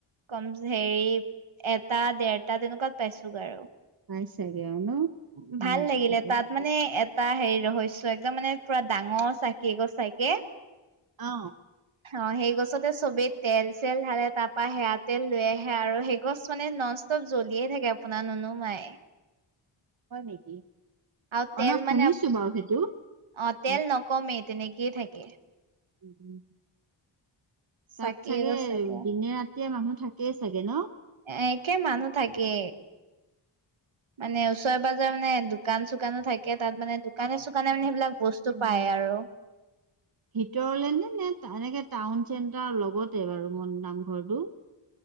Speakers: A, on the right; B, on the right.
A: কম হেৰি এটা দেৰটা তেনেকুৱাত পাইছো গৈ আৰু
B: পাইছাগে ন? উম,
A: ভাল লাগিলে
B: ভালে
A: তাত
B: কৰিলা।
A: মানে এটা হেৰি ৰহস্য ত একদম মানে পুৰা ডাঙৰ চাকি এগছ থাকে।
B: আহ
A: অ সেই গছতে চবেই তেল চেল ধালে। তাৰপা সেয়া তেল লৈ আহে আৰু সেই গছ মানে নন ষ্টপ জ্বলিয়ে থাকে আপোনাৰ নুনুমাই।
B: হয় নেকি?
A: আৰু
B: অ',
A: তেল
B: ন শুনিছো
A: মানে
B: বাৰু সেইটো।
A: অ তেল
B: উম,
A: নকমেই তেনেকেই থাকে।
B: উম উ <inaudible>
A: চাকি
B: তাত চাগে
A: এগছ থাকে
B: দিনে ৰাতিয়ে মানুহ থাকেই চাগে ন?
A: আহ কে মানুহ থাকে মানে ওচৰে পাজৰে মানে দোকান চোকানো থাকে তাত মানে দোকানে চোকানে মানে সেইবিলাক। বস্তু
B: উম
A: পায় আৰু।
B: ভিতৰলে নে নে এনেকে টাউন চেন্টাৰৰ লগতে বাৰু মই নামঘৰটো